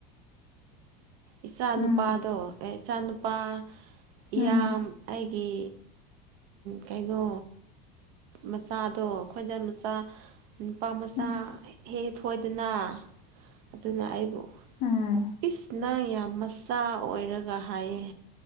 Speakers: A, on the right; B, on the left.
A: ꯏꯆꯥ ꯅꯨꯨꯄꯥꯗꯣ
B: ꯎꯝ
A: ꯏꯆꯥ ꯅꯨꯨꯄꯥ ꯏꯌꯥꯝ
B: ꯎꯝ
A: ꯑꯩꯒꯤ ꯀꯩꯅꯣ ꯃꯆꯥꯗꯣ ꯑꯩꯈꯣꯏꯗ ꯃꯆꯥ ꯅꯨꯄꯥ ꯃꯆꯥ
B: ꯎꯝ
A: ꯍꯦꯛ ꯊꯣꯏꯗꯅ ꯑꯗꯨꯅ ꯑꯩꯕꯨ
B: ꯎꯝ
A: ꯏꯁꯅ ꯌꯥꯝ ꯃꯆꯥ ꯑꯣꯏꯔꯒ ꯍꯥꯏꯌꯦ